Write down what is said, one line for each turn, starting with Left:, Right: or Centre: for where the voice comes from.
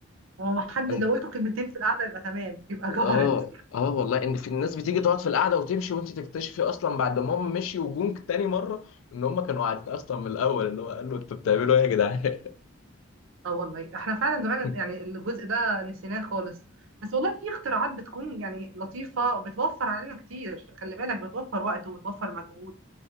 Right: هو ما حد
Left: انت
Right: لو قلتوا كلمتين في القعده يبقى تمام يبقى جبرت
Left: اه اه والله ان في الناس بتيجي تقعد في القعدة وتمشي وانت تكتشفي اصلا بعد ما هم مشي وجونك تاني مرة ان هم كانوا قاعدين اصلا من الاول اللي هو قالوا انتوا بتعملوا ايه يا جدعان
Right: اه والله احنا فعلا زمان
Left: <laughs>
Right: يعني الجزء ده نسيناه خالص بس والله في اختراعات بتكون يعني لطيفه وبتوفر علينا كتير خلي بالك بتوفر وقت وبتوفر مجهود